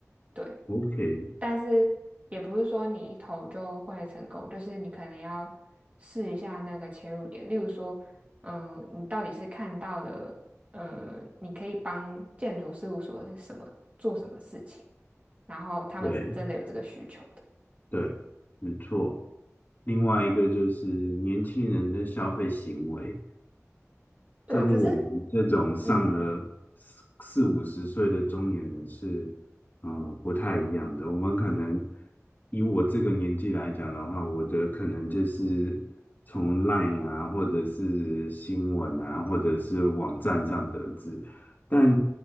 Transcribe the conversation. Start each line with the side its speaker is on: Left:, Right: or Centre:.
Right: 对，
Left: ，OK，
Right: 但是也不是说你一投就会成功，就是你可能要试一下那个切入点。例如说，嗯，你到底是看到了，嗯，你可以帮建筑事务所是什么做什么事情，然后他们是真的有这个需求的。
Left: 对对，没错。另外一个就是年轻人的消费行为，
Right: 对，
Left: 跟我们这种上了四四五十岁的中年人是，
Right: 可是，嗯，
Left: 嗯，不太一样的。我们可能以我这个年纪来讲的话，我的可能就是从 LINE 啊，或者是新闻啊，或者是网站上得知，但